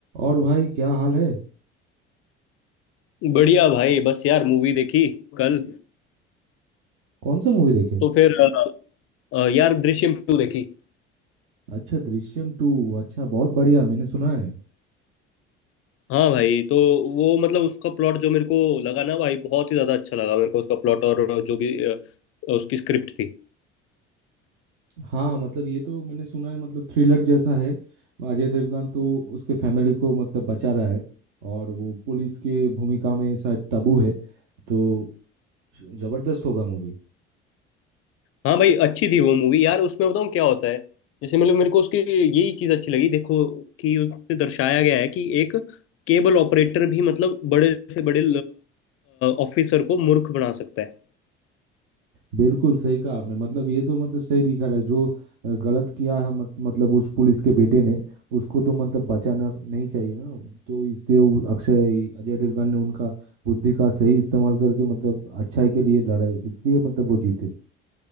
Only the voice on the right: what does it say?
और भाई क्या हाल है
कौन सा मूवी देखे
अच्छा दृश्यम टू अच्छा बहुत बढ़िया मैंने सुना है
हाँ मतलब ये तो मैंने सुना है मतलब थ्रिलर जैसा है अजय देवगन तो उसके फैमिली को मतलब बचा रहा है और वो पुलिस के भूमिका में शायद तब्बू है तो जबरदस्त होगा मूवी
बिल्कुल सही कहा आपने मतलब ये तो मतलब सही दिखा रहा है जो अ, गलत किया है मत, मतलब उस पुलिस के बेटे ने उसको तो मतलब बचाना नहीं चाहिए ना तो इसलिए वो अक्षय अजय देवगन ने उनका बुद्धि का सही इस्तेमाल करके मतलब अच्छाई के लिए लड़ाई इसलिए मतलब वो जीते